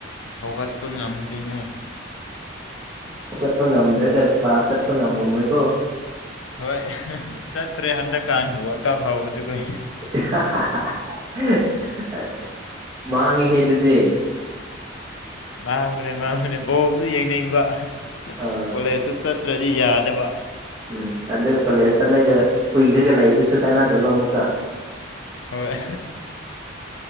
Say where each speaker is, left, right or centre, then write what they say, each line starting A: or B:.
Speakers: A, on the left; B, on the right.
A: ꯍꯧꯒꯠꯄ ꯉꯝꯗ꯭ꯔꯤꯅꯦ
B: ꯍꯧꯒꯠꯄ ꯉꯝꯗ꯭ꯔꯒ ꯀ꯭ꯂꯥꯁ ꯆꯠꯄ ꯉꯝꯃꯝꯃꯣꯏꯀꯣ
A: ꯍꯣꯏ ꯆꯠꯇ꯭ꯔꯦ ꯍꯟꯗꯛꯀꯥꯟ ꯋꯥꯔꯜ ꯀꯞ ꯍꯧꯕꯗꯨꯒꯤ
B: <unintelligible> ꯑꯁ ꯃꯥꯡꯉꯤꯍꯦ ꯑꯗꯨꯗꯤ
A: ꯃꯥꯡꯕꯅꯦ ꯃꯥꯡꯕꯅꯦ ꯕꯣꯁꯨ ꯌꯦꯡꯅꯤꯡꯕ
B: ꯑꯥ
A: ꯀꯣꯂꯦꯖꯁꯨ ꯆꯠ ꯇ꯭ꯔꯗꯤ ꯌꯥꯗꯕ
B: ꯎꯝ ꯑꯗꯣ ꯀꯣꯂꯦꯖ ꯆꯠꯂꯒ ꯎꯏꯔꯒ ꯂꯩꯗꯨꯁꯨ ꯀꯥꯟꯅꯗꯕ ꯑꯃꯨꯛꯀ
A: ꯍꯣꯏ